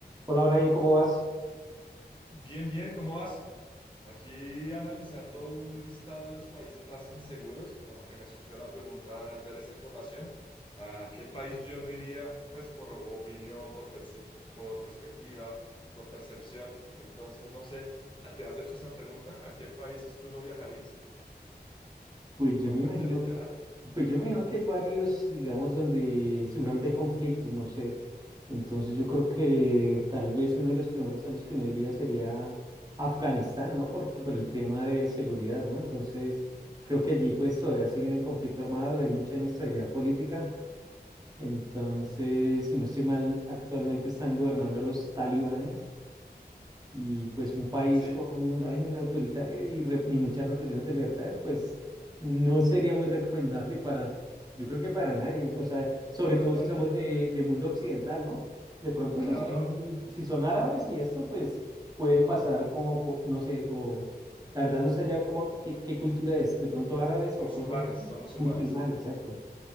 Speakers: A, on the right (about 20°); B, on the left (about 30°).
A: Hola Brian, ¿cómo vas?
B: Bien, bien, ¿cómo vas? Aquí analizando un listado de los países más inseguros y como que me surgió la pregunta al ver esa información, ¿a qué país yo no iría? Pues por opinión, por percep- por perspectiva, por percepción. Entonces, no sé, ¿te has hecho esa pregunta? ¿A qué países tú no viajarías?
A: Pues yo
B: ¿No
A: me
B: prefieres
A: imagino
B: viajar?
A: que, pues yo me imagino que hay varios, digamos, donde seguramente hay conflictos, no sé. Entonces yo creo que tal vez uno de los primeros a los que no iría sería Afganistán, ¿no? Por, por el tema de seguridad, ¿no? Entonces creo que allí pues todavía siguen en conflicto armado, hay mucha inestabilidad política. Entonces, si no estoy mal, actualmente están gobernando los talibanes. Y pues un país
B: Sí,
A: con un régimen autoritario y, re- y muchas represiones de libertades, pues no sería muy <laughs> recomendable para, yo creo que para nadie, o sea, sobre
B: para
A: todo
B: nadie.
A: si somos de, de mundo occidental, ¿no? De pronto
B: Claro,
A: si son, si son árabes y esto, pues pueden pasar como, po- no sé, o la verdad no sé allá como qué, qué cultura es, de pronto árabes
B: musulmanes,
A: o cosas así,
B: son musulmanes.
A: musulmanes, exacto.